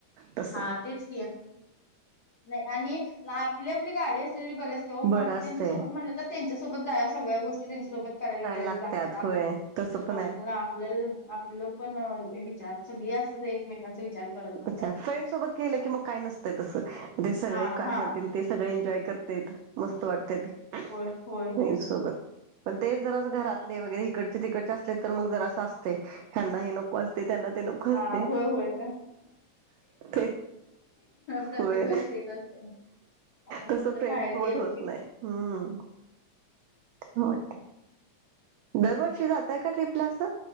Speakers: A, on the right; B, on the left.
A: तस
B: हा तेच की, नाही आणि आपली -आपली गाडी असलेली बरी असते. तवा
A: बरं
B: बाकीच्याच्या
A: असतय
B: सोबत म्हटले तर, त्यांच्यासोबत जाया सगळ्या गोष्टी. त्यांच्या सोबत करायला गयला
A: लागत्यात
B: लागतात.
A: होय तसं पण
B: आपला
A: आहे
B: आपल्या आपल पण विचार सगळे अस एकमेकांचे विचार करत नसतात.
A: अच्छा फ्रेंड सोबत गेल की, मग काय नसतय तस ते सगळे
B: हा
A: काय
B: हा
A: म्हणतील. ते सगळे एन्जॉय करतेेत मस्त वाटते
B: होय होय होय
A: सोबत. पण ते जरा घरातले वगैरे इकडचे तिकडचे असले तर, मग जरा असतेय ह्यांना हे नको. परत त्यांना ते नको
B: हां,
A: असते
B: होय, होय.
A: ते.
B: प्रत्येक
A: होय.
B: वेळेस तेच असते. आपण
A: तस
B: कुठेतरी
A: फ्रेंड
B: बाहेर
A: सोबत
B: गेलो
A: होत
B: की
A: नाही. हम्म, मग दरवर्षी जाताय का, ट्रीपला असं?